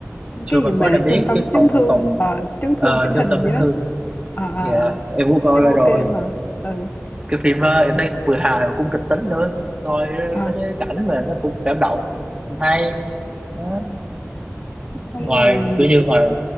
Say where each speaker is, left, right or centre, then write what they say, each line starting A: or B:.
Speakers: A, on the right; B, on the left.
A: Sure
B: cái gì
A: mà
B: mà
A: có đã biết
B: trung tâm
A: cái
B: chấn
A: phòng
B: thương
A: phòng
B: ờ, chấn
A: ờ,
B: thương chỉnh
A: trung
B: hình
A: tâm chấn
B: gì á
A: thương
B: ờ ờ
A: dạ
B: ờ
A: em cũng coi
B: xem
A: ra
B: ok
A: rồi
B: mà ừ
A: cái phim đó em thấy cũng vừa hài mà cũng kịch tính nữa coi ờ,
B: ờ
A: mấy cái cảnh mà nó cũng cảm động hay đó.
B: xong
A: ngoài
B: rồi
A: kiểu như ngoài